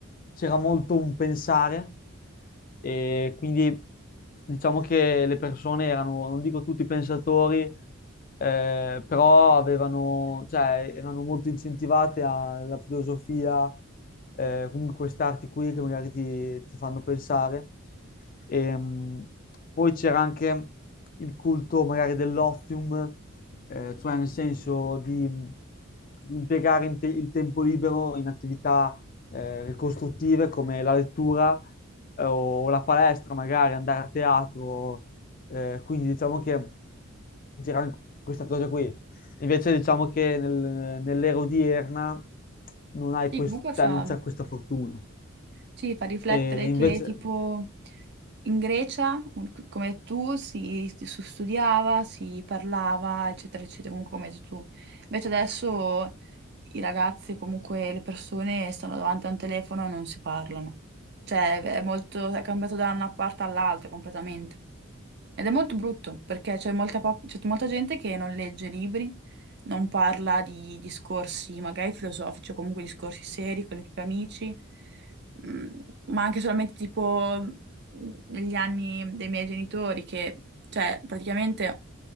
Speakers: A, on the left; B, on the right.
A: c'era molto un pensare e quindi diciamo che le persone erano, non dico tutti pensatori, eh, però avevano, cioè, erano molto incentivate alla filosofia, eh, comunque queste arti qui che magari ti, ti fanno pensare. Ehm, poi c'era anche il culto magari dell'ozium, eh, cioè nel senso di impiegare in te- il tempo libero in attività eh, ricostruttive come la lettura eh, o la palestra, magari andare a teatro. eh, quindi diciamo che c'era anche questa cosa qui. Invece diciamo che nel- nell'era odierna non hai
B: Sì,
A: quest-
B: comunque
A: cioè,
B: fa...
A: non c'è questa fortuna.
B: Sì, fa riflettere
A: E
B: che
A: invece
B: tipo in Grecia, un- come tu, si, si studiava, si parlava, eccetera, eccetera, comunque come hai detto tu. Invece adesso i ragazzi, comunque le persone stanno davanti a un telefono e non si parlano. Cioè è molto, è cambiato da una parte all'altra completamente. Ed è molto brutto perché c'è molta, po- c'è molta gente che non legge libri, non parla di discorsi magari filosofici o comunque discorsi seri con i propri amici, mm, ma anche solamente tipo mm, negli anni dei miei genitori che, cioè, praticamente